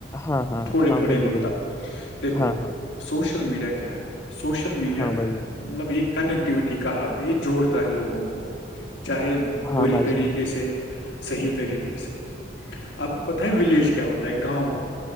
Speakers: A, on the left; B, on the left.
A: ہاں ہاں
B: تھوڑے
A: ہاں
B: تھوڑے
A: وہی
B: نکتا
A: وہی
B: دیکھو
A: ہاں ہاں
B: سوشل میڈیا کیا ہے سوشل میڈیا
A: ہاں بھائی جان
B: مطلب یہ کنیکٹ ایکٹیوٹی کا حب ہے یہ جوڑتا ہے لوگوں کو چاہے
A: ہاں
B: بری
A: بھائی
B: طریقے
A: جان
B: سے صحیح طریقے سے آپ کو پتا ہے ولیج کیا ہوتا ہے گاؤں